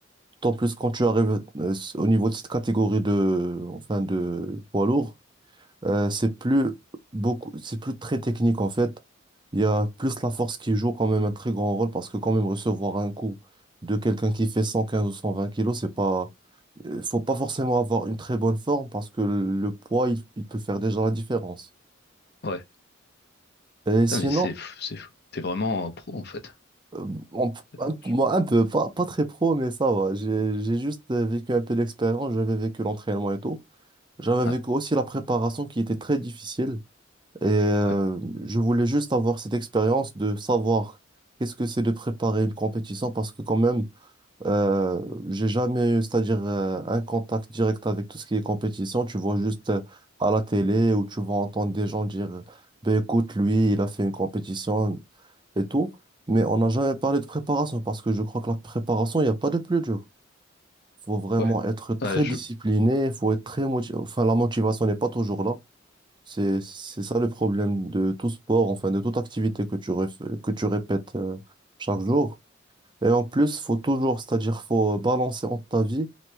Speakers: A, on the right; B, on the left.
A: tant plus quand tu arrives euh, s- au niveau de cette catégorie de, enfin, de poids lourd, euh, c'est plus beaucoup, c'est plus très technique en fait. Il y a plus la force qui joue quand même un très grand rôle parce que quand même recevoir un coup de quelqu'un qui fait 115 ou 120 kilos, c'est pas, euh, faut pas forcément avoir une très bonne forme parce que le poids, il il peut faire déjà la différence.
B: Ouais.
A: Et sinon,
B: Putain, mais c'est fou, c'est fou. T'es vraiment un pro en fait.
A: Euh, on-
B: Je
A: un, moi,
B: pense.
A: un peu, pas, pas très pro, mais ça va. J'ai, j'ai juste euh, vécu un peu l'expérience, j'avais vécu l'entraînement et tout. J'avais
B: Ouais,
A: vécu aussi la préparation qui était très difficile. Et euh,
B: ouais,
A: je voulais juste avoir cette expérience de savoir qu'est-ce que c'est de préparer une compétition parce que quand même, euh, j'ai jamais eu, c'est-à-dire euh, un contact direct avec tout ce qui est compétition. Tu vois juste euh, à la télé ou tu vas entendre des gens dire, ben écoute, lui, il a fait une compétition et tout, mais on n'a jamais parlé de préparation parce que je crois que la préparation, il n'y a pas de plus dur. faut vraiment
B: ouais.
A: être très
B: Ouais, je.
A: discipliné, faut être très motivé. Enfin, la motivation n'est pas toujours là. C'est, c'est ça le problème de tout sport, enfin de toute activité que tu, ref- que tu répètes euh, chaque jour. Et en plus, faut toujours, c'est-à-dire faut balancer entre ta vie